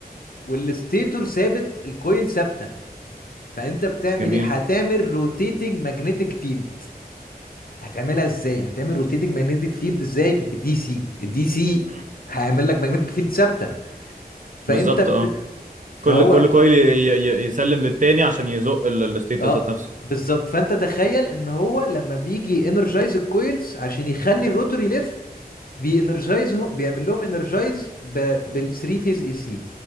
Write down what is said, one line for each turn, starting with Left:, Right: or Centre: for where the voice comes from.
Left: والستيتور ثابت الكويل ثابته فانت بتعمل
Right: جميل
Left: ايه هتعمل روتيتنج ماجنتيك فيلد هتعملها ازاي هتعمل روتيتنج ماجنتيك فيلد ازاي بدي سي الدي سي
Right: مم.
Left: هيعمل لك ماجنتيك فيلد ثابته فانت
Right: بالظبط
Left: بت...
Right: اه
Left: فهو
Right: كل كل كويل ي- ي- ي- يسلم للتاني عشان يزق الستيتس
Left: اه
Right: ذات نفسه
Left: بالظبط فانت تخيل ان هو لما بيجي انرجايز الكويلز عشان يخلي الروتور يلف بينرجايزهم بيعمل لهم انرجايز بالثري فيز اي سي